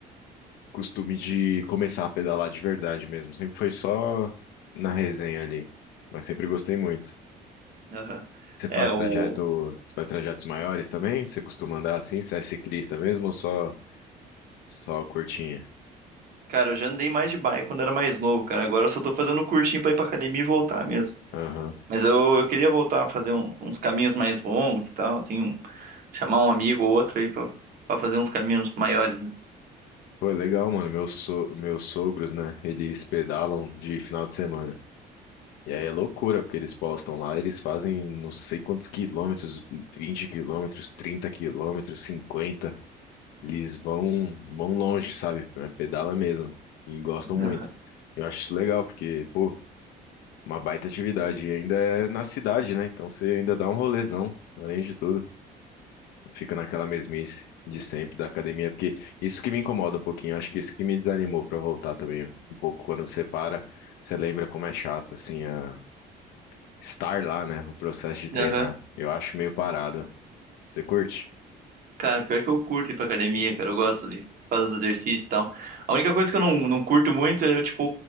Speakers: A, on the left (about 85°); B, on the right (about 60°).
A: costume de começar a pedalar de verdade mesmo. Sempre foi só na resenha ali. Mas sempre gostei muito.
B: <laughs> Aham.
A: Você
B: É,
A: faz
B: o.
A: trajeto, você faz trajetos maiores também? Você costuma andar assim? Você é ciclista mesmo ou só, só curtinha?
B: Cara, eu já andei mais de bike quando era mais novo, cara. Agora eu só tô fazendo um curtinho pra ir pra academia e voltar mesmo.
A: Aham.
B: Mas eu, eu queria voltar a fazer um- uns caminhos mais longos e tal, assim, um- chamar um amigo ou outro aí pra, pra fazer uns caminhos maiores. né?
A: Pô, é legal, mano. Meus, so... Meus sogros, né? Eles pedalam de final de semana. E aí é loucura, porque eles postam lá, eles fazem não sei quantos quilômetros, 20 quilômetros, 30 quilômetros, cinquenta Eles vão, vão longe, sabe? É, Pedala mesmo. E gostam muito.
B: Aham.
A: Eu acho isso legal, porque, pô, uma baita atividade. E ainda é na cidade, né? Então você ainda dá um rolezão, além de tudo. Fica naquela mesmice de sempre da academia, porque isso que me incomoda um pouquinho, acho que isso que me desanimou pra voltar também um pouco. Quando você para, você lembra como é chato, assim, a... estar lá, né? O processo de treinar.
B: Aham.
A: Eu acho meio parado. Você curte?
B: Cara, pior que eu curto ir pra academia, cara. Eu gosto de fazer os exercícios e tal. A única coisa que eu não, não curto muito é, tipo,